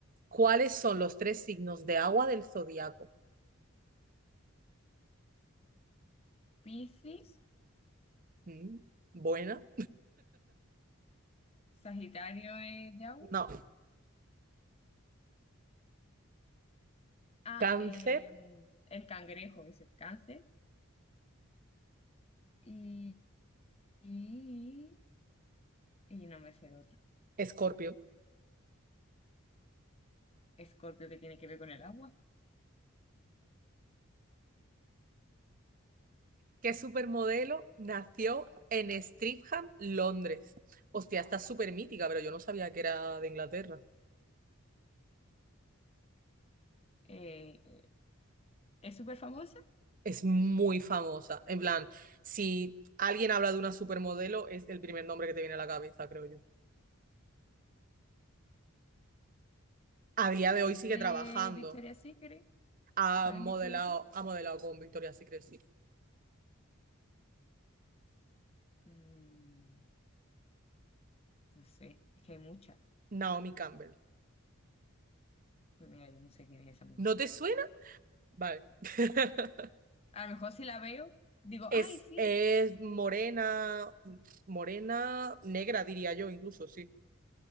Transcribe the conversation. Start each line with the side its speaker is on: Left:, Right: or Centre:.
Right: ¿Cuáles son los tres signos de agua del zodiaco?
Left: Piscis,
Right: Mm, buena.
Left: Sagitario es de agua.
Right: No.
Left: Ah,
Right: Cáncer,
Left: eh, el cangrejo es el cáncer. Y, y, y no me sé el otro.
Right: Escorpio.
Left: Escorpio que tiene que ver con el agua.
Right: ¿Qué supermodelo nació en Streatham, Londres? Hostia, está súper mítica, pero yo no sabía que era de Inglaterra.
Left: Eh, eh, es súper famosa.
Right: Es muy famosa. En plan, si alguien habla de una supermodelo, es el primer nombre que te viene a la cabeza, creo yo. a día de
Left: Es
Right: hoy sigue
Left: de
Right: trabajando.
Left: Victoria's Secret.
Right: Ha
Left: ¿Sale
Right: modelado,
Left: en Victoria's Secret?
Right: ha modelado con Victoria's Secret, sí.
Left: Mm, no sé, es que hay muchas.
Right: Naomi Campbell.
Left: Pues mira, yo no sé quién es esa mujer.
Right: ¿No te suena? Vale. <laughs>
Left: A lo mejor si la veo, digo,
Right: Es,
Left: ay, sí.
Right: es morena, morena, negra diría yo incluso, sí.